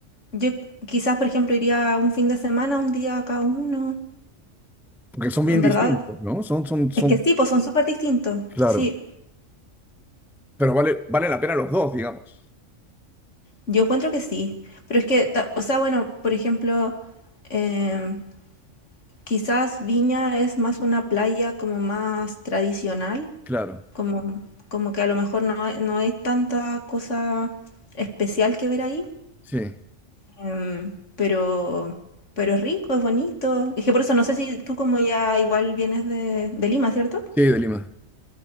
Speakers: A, on the left; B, in the centre.
A: yo quizás, por ejemplo, iría un fin de semana, un día a cada uno.
B: Porque son bien
A: En
B: distintos,
A: verdad,
B: ¿no? Son, son, son,
A: es que sí, pues son súper distintos.
B: claro.
A: Sí,
B: Pero vale, vale la pena los dos, digamos.
A: yo encuentro que sí. Pero es que, ta- o sea, bueno, por ejemplo, em, quizás Viña es más una playa como más tradicional
B: Claro,
A: Como, como que a lo mejor no, hay- no hay tanta cosa especial que ver ahí,
B: sí.
A: em, pero, pero es rico, es bonito. Es que por eso no sé si tú como ya igual vienes de, de Lima, ¿cierto?
B: Sí, de Lima.